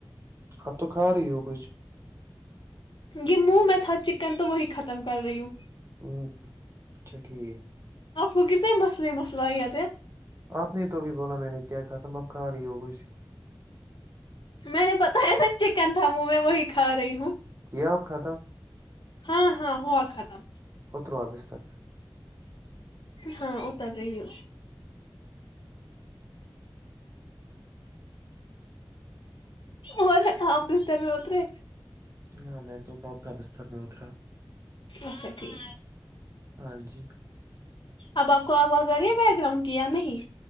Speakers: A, on the right; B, on the left.
A: اب تو کھا رہی ہو کچھ
B: یہ منہ میں تھا چکن تو وہی ختم کر رہی ہوں
A: تو اچھا ٹھیک
B: وہ یہیتۂ مسلے مسئلہ تے
A: آپ نہیں تو بھی بولا میں نے کیا کہا تم اب کھا رہی ہو کچھ
B: میں نے بتایا نا چکن تھا منہ میں وہی کھا رہی ہوں
A: کیا آپ کھاتا
B: ہاں ہاں ہوا ختم
A: اتروا بستر پہ
B: ہاں اتر رہی ہ اور آپ رشتےر میں اترے
A: ہاں میں تو کاپ کا بستر موترا
B: اچھا ٹھیک
A: ہاں جی
B: اب آپ کو آواز آ رہی ہے بیک گراؤنڈ کی یا نہیں